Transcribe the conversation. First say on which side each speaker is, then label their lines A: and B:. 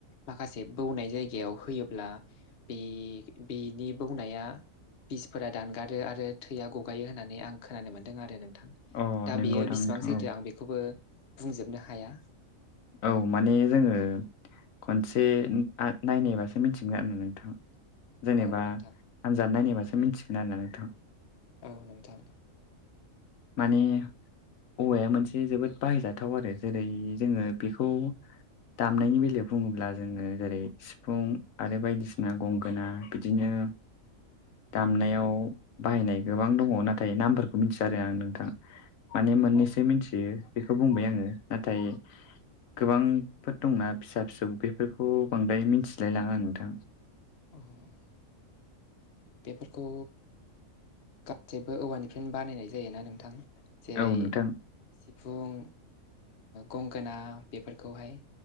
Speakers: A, on the left; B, on the left.
A: माखासे बौनाय जायगायाव होयोब्ला बे बिनि बौनाया बिसफोरा दानगारो आरो थैया गगायो होननानै आं खोनानो मोन्दों आरो नोंथां
B: अ
A: दा
B: नंगौ
A: बेयो
B: दां
A: बेसेबां
B: नोंथां
A: सैथो
B: औ
A: आं बेखौबो बुंजोबनो हाया
B: औ माने जोङो खनसे नायनायबासो मिथिगोन आरोना नोंथां जेनेबा
A: औ नोंथां
B: आनजाद नायनायबासो मिथिगोन आरोना नोंथां
A: औ नोंथां
B: माने औवाया मोनसे जोबोद बाहायजाथाव आरो जेरै जोङो बेखौ दामनायनि बेलायाव बुङोब्ला जोङो जेरै सिफुं आरो बायदिसिना गंगोना बिदिनो दामनायाव बाहायनाय गोबां दङ नाथाय नामफोरखौ मिथिया आं नोंथां माने मोननैसो
A: अ
B: मिथियो बेखौ बुंबाय आङो नाथाय गोबांफोर दंना फिसा फिसौ बेफोरखौ बांद्राय मिथिलायलाङा नोंथां
A: औ <unintelligible> बेफोरखौ गासैबो औवानिफ्रायनो बानायनाय जायोना नोंथां जेरै
B: औ नोंथां
A: सिफुं गंगोना बेफोरखौहाय